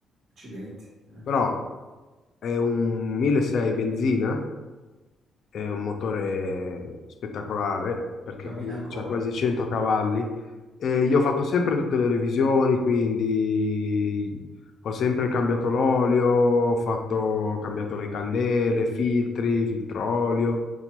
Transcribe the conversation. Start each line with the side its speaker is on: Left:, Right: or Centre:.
Right: Accidenti, eh.
Left: però è un 1.600 benzina, è un motore spettacolare, perché
Right: Cammina
Left: comunque
Right: ancora.
Left: c'ha quasi 100 cavalli E io ho fatto sempre tutte le revisioni, quindi ho sempre cambiato l'olio, ho fatto, ho cambiato le candele, filtri, filtro olio